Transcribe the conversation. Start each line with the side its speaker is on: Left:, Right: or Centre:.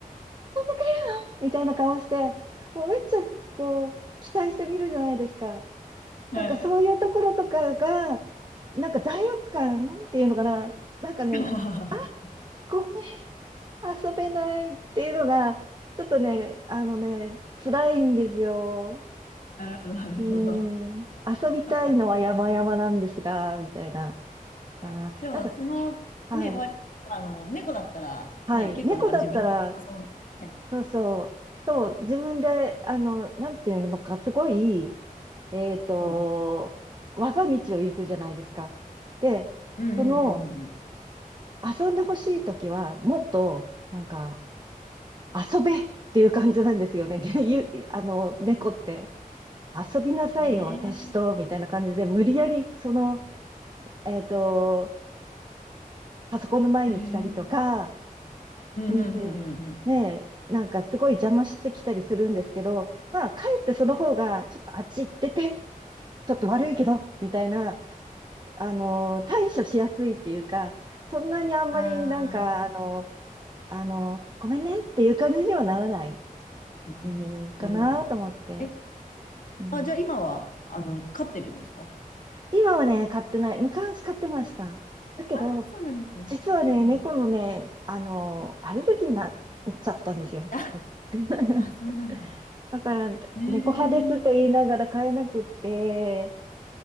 Right: くれよみたいな顔して、もうめっちゃ、こう、期待してみるじゃないですか。
Left: はい。
Right: なんかそういうところとかが、なんか罪悪感っていうのかな。なんかね、
Left: <laughs> あ
Right: ごめん、遊べないっていうのが、ちょっとね、あのね、辛いんですよ。
Left: ーなるほど、なるほど。
Right: うーん、遊びたいのは山々なんですが、
Left: そっか。
Right: みたいな。かな。
Left: あでも、
Right: なんか、
Left: その、
Right: はい、
Left: ね、わ、あの、猫だったら、
Right: はい。
Left: ね、結構なんか自分、
Right: 猫だったら、
Left: あそうね。
Right: そうそう、そう、自分で、あの、なんていうのか、すごい、えっと、
Left: うん。
Right: 我が道を行くじゃないですか。で、
Left: うんうんうん
Right: その、遊んでほしいときは、もっと、なんか、遊べっていう感じなんですよね。<laughs> ゆあの、猫って。遊びなさいよ、
Left: うん。ね
Right: 私と、みたいな感じで、無理やり、その、えっと、パソコンの前に来たりとか、
Left: え。へえ。うんうんうんうんう
Right: うん、ねえ、なんかすごい邪魔してきたりするんですけど、まあ、かえってその方が、ちょっとあっち行ってて、ちょっと悪いけど、みたいな、あの、対処しやすいっていうか、そんなにあんまりなんか、
Left: ん。ああ。
Right: あの、あの、ごめんねっていう感じにはならない、
Left: うんうん。
Right: うん、かなと思って。
Left: なるほど。え、
Right: うん、
Left: あ、じゃあ今は、あの、飼ってるんですか
Right: 今はね、買ってない。昔買ってました。だけど、
Left: ああー、そうなんですね。
Right: 実はね、
Left: うんうん。
Right: 猫のね、あの、アレルギーになっちゃったんですよ。
Left: あ、
Right: <laughs>
Left: あ、そうなんだ。
Right: だから、
Left: ねえ。
Right: 猫派ですと言いながら飼えなくって、
Left: うん